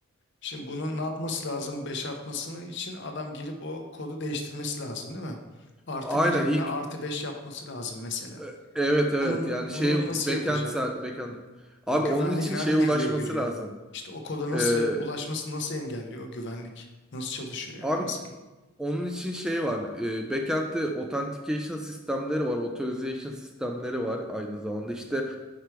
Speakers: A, on the left; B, in the centre.
A: Şimdi bunun ne yapması lazım 5 artmasını için adam girip o kodu değiştirmesi lazım değil mi? Artı
B: Aynen
A: bir yerine
B: ilk
A: artı 5 yapması lazım mesela.
B: e, evet evet
A: Bunu,
B: yani
A: bunu
B: şey
A: nasıl
B: backend
A: yapacak?
B: ser- backend
A: O
B: abi
A: güvenlik
B: onun için
A: nerede
B: şeye ulaşması
A: devreye giriyor?
B: lazım.
A: İşte o koda nasıl
B: Ee,
A: ulaşması nasıl engelliyor o güvenlik? Nasıl çalışıyor yani
B: abi
A: mesela?
B: Onun için şey var. E, backend'de authentication sistemleri var. Authorization sistemleri var aynı zamanda. İşte